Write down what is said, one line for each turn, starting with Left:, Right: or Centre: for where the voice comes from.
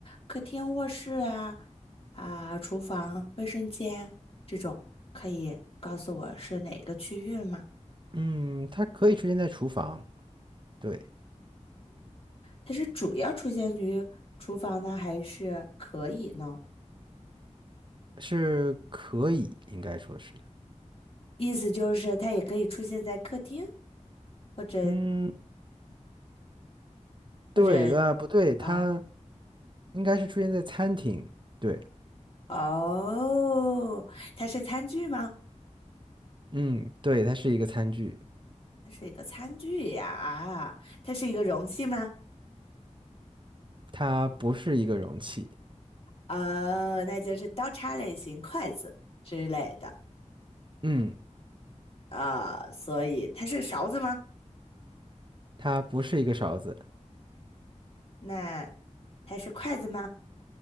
Left: 客厅、卧室啊、啊、厨房、卫生间这种，可以告诉我是哪个区域吗？
Right: 嗯，它可以出现在厨房，对，
Left: 它是主要出现于厨房呢，还是可以呢？
Right: 是可以，应该说是。
Left: 意思就是它也可以出现在客厅，或者
Right: 嗯，
Left: 或者
Right: 对，啊，不对，它
Left: 啊，
Right: 应该是出现在餐厅，对，
Left: 哦，它是餐具吗？
Right: 嗯，对，它是一个餐具，
Left: 它是一个餐具呀，啊，它是一个容器吗？
Right: 它不是一个容器，
Left: 哦，那就是刀叉类型、筷子之类的
Right: 嗯，
Left: 啊，所以它是勺子吗？
Right: 它不是一个勺子，
Left: 那它是筷子吗？